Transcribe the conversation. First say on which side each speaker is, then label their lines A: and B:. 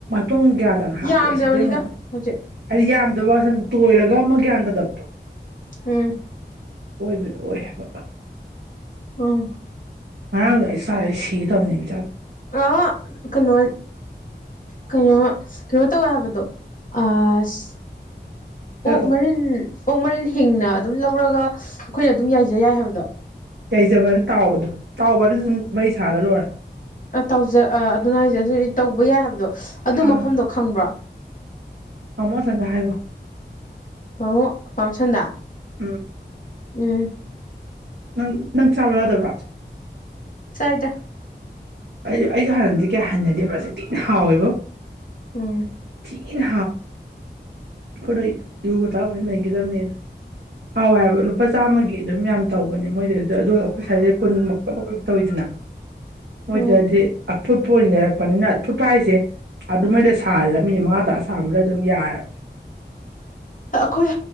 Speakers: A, on the right (about 75°); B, on the left (about 45°).
A: ꯄꯨꯡ ꯒ꯭ꯌꯥꯟ ꯇꯅ ꯍꯥꯞꯄꯤꯔ
B: ꯌꯥꯝꯗ꯭ꯔꯕꯅꯤꯗ
A: ꯁꯤꯗꯤ ꯑꯃꯨꯛ
B: ꯍꯧꯖꯤꯛ
A: ꯍꯥꯏꯗꯤꯟ ꯑ ꯋꯥꯁꯟ ꯇꯣꯏꯔꯒ ꯑꯃ ꯒ꯭ꯌꯥꯟ ꯇꯥꯗꯕꯗꯣ
B: ꯎꯝ
A: ꯑꯣꯏꯕꯗꯣ ꯑꯣꯏ ꯍꯥꯏꯕ
B: ꯎꯝ
A: ꯉꯔꯡ ꯑꯦꯁꯥꯒꯦ ꯁꯤꯒꯦ ꯇꯧꯕꯅꯦ ꯆꯥꯛꯒ
B: ꯑꯣ ꯀꯩꯅꯣꯜ ꯀꯩꯅꯣ ꯀꯩꯅꯣ ꯇꯧꯋꯦ ꯍꯥꯏꯕꯗꯣ ꯑꯁ
A: ꯍꯥꯏꯔꯛꯑꯣ
B: ꯑꯣꯛ ꯃꯔꯤꯟ ꯑꯣꯛ ꯃꯔꯤꯟ ꯍꯤꯡꯅ ꯑꯗꯨꯝ ꯂꯧꯔꯒ ꯑꯩꯈꯣꯏꯅ ꯑꯗꯨꯝ ꯌꯥꯏꯖ ꯌꯥꯏ ꯍꯥꯏꯕꯗꯣ
A: ꯌꯥꯏꯖꯕ ꯅꯠꯇꯦ ꯇꯥꯎꯕꯗꯣ ꯇꯥꯎꯕꯗꯨꯁꯨ ꯑꯗꯨꯝ ꯃꯩ ꯁꯥꯍꯜꯂ ꯂꯣꯏꯔꯦ
B: ꯑ ꯇꯧꯖ ꯑ ꯑꯗꯨꯅ ꯍꯥꯏꯁꯦ ꯑꯗꯨ ꯇꯧꯕ ꯌꯥꯏ ꯍꯥꯏꯕꯗꯣ ꯑꯗꯨ
A: ꯑꯥ
B: ꯃꯐꯝꯗꯣ ꯈꯪꯕ꯭ꯔꯥ
A: ꯇꯥꯃꯣ ꯁꯟꯗ ꯍꯥꯏꯒꯣ
B: ꯃꯃꯣ ꯄꯝꯁꯟꯅꯥ
A: ꯎꯝ
B: ꯎꯝ
A: ꯅꯪ ꯅꯪ ꯆꯥꯕ ꯌꯥꯗꯕ꯭ꯔꯥ
B: ꯆꯥꯏꯗ
A: ꯑꯩ ꯑꯩꯁꯨ ꯍꯥꯟꯅꯗꯤ ꯀꯌꯥ ꯍꯟꯅꯗꯦꯕ꯭ꯔꯥꯖꯤ ꯊꯤꯅ ꯍꯥꯎꯋꯦꯕꯣ
B: ꯎꯝ
A: ꯊꯤꯅꯥ ꯍꯧꯏ ꯌꯨ ꯒꯥ ꯊꯛ ꯂꯝꯂꯗꯤ ꯅꯩꯒꯗꯕꯅꯤꯗꯣ ꯍꯥꯎꯋꯥꯏ ꯍꯥꯏꯕ ꯂꯨꯄꯥ ꯆꯥꯝꯃꯒꯤ ꯑꯗꯨꯝ ꯌꯥꯝ ꯇꯧꯕꯅꯦ ꯃꯣꯏꯗꯗꯤ ꯑ ꯑꯩꯈꯣꯏ ꯁ꯭ꯋꯥꯏꯁꯦ ꯀꯨꯟꯃꯛ ꯃꯈꯛ ꯇꯧꯋꯤꯗꯅ ꯃꯣꯏꯗꯗꯤ
B: ꯎꯝ
A: ꯐꯨꯠꯄ ꯑꯣꯏꯅ ꯂꯩꯔꯛꯄꯅꯤꯅ ꯐꯨꯠꯄ ꯍꯥꯏꯁꯦ ꯑꯗꯨꯃꯥꯏꯗ ꯁꯥꯔ ꯃꯤꯅꯤ ꯃꯉꯥ ꯇꯥ ꯁꯥꯕꯗ ꯑꯗꯨꯝ ꯌꯥꯔꯕꯅꯦꯕ
B: ꯑꯩꯈꯣꯏ